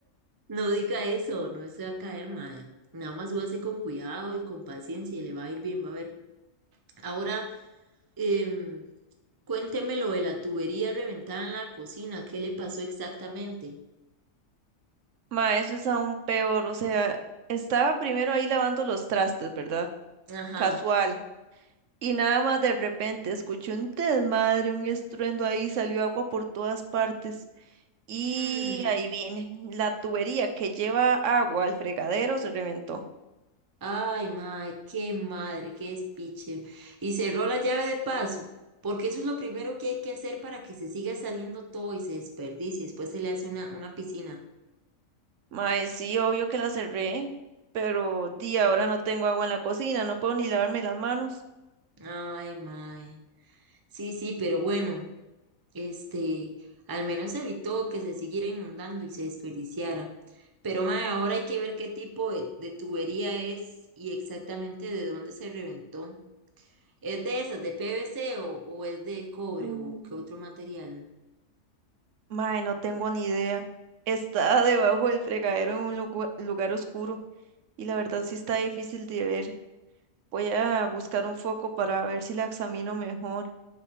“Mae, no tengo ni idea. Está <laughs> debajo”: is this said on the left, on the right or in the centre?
Right